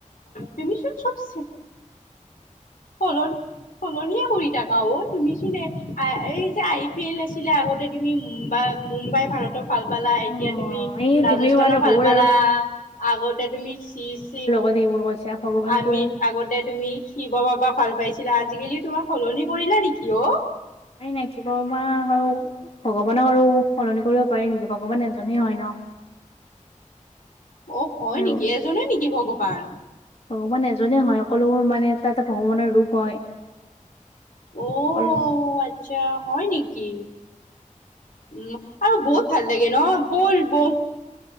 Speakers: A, on the left; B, on the left.
A: তুমি চোন চ
B: <unintelligible>
A: সলনি-সলনিয়ে কৰি থাকা অ', তুমি চোন এই যে, আই-পি-এল আছিলে আগত তুমি মুম্বাই মুম্বাই ভাৰতক ভাল পালা,
B: অ
A: এতিয়া তুমি
B: এই
A: ৰাজস্থানক
B: তুমিও আৰু হ'ল
A: ভাল পালা
B: আৰু
A: আগতে তুমি চি চি
B: মানে এই বোৰ কৈছা। ভগৱানটো
A: আমিত আগতে তুমি শিৱ বাব ভাল পাইছিলা। আজিকালি তোমাৰ সলনি কৰিলা নেকি অ'?
B: নাই, নাই শিব বাবা আৰু ভগৱানক আৰু সলনি কৰিব পাৰি নেকি ভগৱান এজনে হয় ন।
A: অ', হয়
B: আৰু
A: নেকি এজনে নেকি ভগৱান?
B: ভগৱান এজনেই হয়। সকলোবোৰ মানে এটা এটা ভগৱানৰ ৰূপ হয়।
A: অ',
B: সকলো
A: আচ্ছা হয় নেকি? উম', আৰু বহুত ভাল লাগে ন বলবম